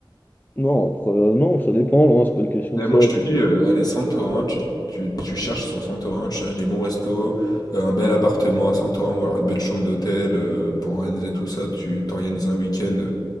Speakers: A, on the left; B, on the left.
A: Non, après, euh, non, ça dépend, loin, c'est pas une question
B: Mais
A: de ça,
B: moi, je te
A: c'est
B: dis,
A: juste
B: euh, allez, Santorin, tu, tu, tu cherches sur Santorin, tu cherches des bons restos, euh, un bel
A: une.
B: appartement à Santorin, ou alors une belle chambre d'hôtel, euh, pour organiser tout ça, tu t'organises un week-end